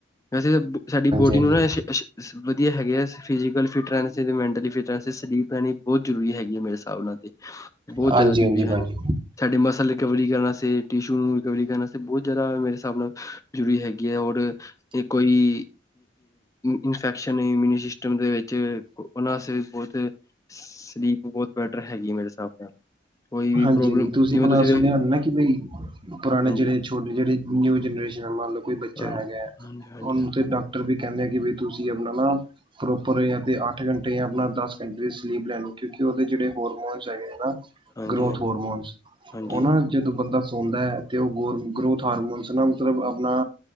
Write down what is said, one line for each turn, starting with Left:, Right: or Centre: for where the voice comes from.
Left: ਵੈਸੇ ਤਾਂ ਸਾਡੀ ਬੋਡੀ
Right: ਹਾਂਜੀ
Left: ਨੂੰ ਨਾ ਐਸੇ-ਐਸ ਵਧੀਆ ਹੈਗੇ ਆ ਫਿਜੀਕਲ ਫਿਟ ਰਹਿਨੇ ਚਾਹੀਦੇ ਮੈਂਟਲੀ ਫਿਟ ਰਹਿਨ ਸਲੀਪ ਰਹਿਣੀ ਬਹੁਤ ਜ਼ਰੂਰੀ ਹੈਗੀ ਆ ਮੇਰੇ ਹਿਸਾਬ ਨਾਲ ਤੇ ਬਹੁਤ
Right: ਹਾਂਜੀ
Left: ਜ਼ਿਆਦਾ ਜ਼ਰੂਰੀ
Right: ਹਾਂਜੀ ਭਾਜੀ
Left: ਹਨ। ਸਾਡੇ ਮਸਲ ਰਿਕਵਰੀ ਕਰਨ ਅਸਤੇ ਟਿਸ਼ੂ ਨੂੰ ਰਿਕਵਰੀ ਕਰਨ ਅਸਤੇ ਬਹੁਤ ਜ਼ਿਆਦਾ ਮੇਰੇ ਹਿਸਾਬ ਨਾਲ ਜ਼ਰੂਰੀ ਹੈਗੀ ਹੈ ਔਰ ਤੇ ਕੋਈ ਇਨਫੈਕਸ਼ਨ ਇਮਿਊਨੀ ਸਿਸਟਮ ਦੇ ਵਿੱਚ ਉਹਨਾ ਅਸਤੇ ਵੀ ਬਹੁਤ ਸਲੀਪ ਬਹੁਤ ਬੈਟਰ ਹੈਗੀ ਮੇਰੇ ਹਿਸਾਬ ਨਾਲ ਕੋਈ ਵੀ
Right: ਹਾਂਜੀ-ਹਾਂਜੀ
Left: ਪ੍ਰੋਬਲਮ
Right: ਤੁਸੀਂ
Left: ਜਿਵੇਂ
Right: ਆਪਣਾ
Left: ਵੇਖ
Right: ਸੁਣਿਆ ਨਾ ਕਿ ਬਈ ਪੁਰਾਣੇ
Left: ਹਾਂਜੀ
Right: ਜਿਹੜੇ ਛੋਟੇ ਜਿਹੜੇ ਨਿਊ ਜਨਰੇਸ਼ਨ ਮੰਨ ਲਓ ਕੋਈ ਬੱਚਾ
Left: ਹਾਂਜੀ
Right: ਹੈਗਾ ਹੈ
Left: ਹਾਂਜੀ ਹਾਂਜੀ
Right: ਉਹਨੂੰ ਤੇ ਡਾ ਵੀ ਕਹਿੰਦੇ ਕਿ ਵੀ ਤੁਸੀਂ ਆਪਣਾ ਨਾ ਪ੍ਰੋਪਰ ਅੱਠ ਘੰਟੇ ਆਪਣਾ ਦਸ ਘੰਟੇ ਸਲੀਪ ਲੈਣੀ ਕਿਉਂਕਿ ਉਹਦੇ ਜਿਹੜੇ ਹੋਰਮੋਨ ਹੈਗੇ ਨਾ।
Left: ਹਾਂਜੀ
Right: ਗਰੋਥ
Left: ਹਾਂਜੀ ਹਾਂਜੀ
Right: ਹੋਰਮੋਨਸ
Left: ਹਾਂਜੀ
Right: ਉਹ ਨਾ ਜਦੋਂ ਬੰਦਾ ਸੋਂਦਾ ਹੈ ਤਾਂ ਉਹ ਗਰੋਥ ਹਾਰਮੋਨਸ ਨਾ ਮਤਲਬ ਆਪਣਾ